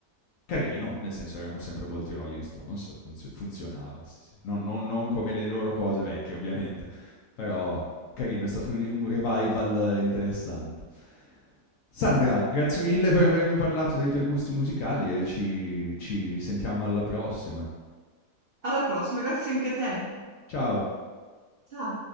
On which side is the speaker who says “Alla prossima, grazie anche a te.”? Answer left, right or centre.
Right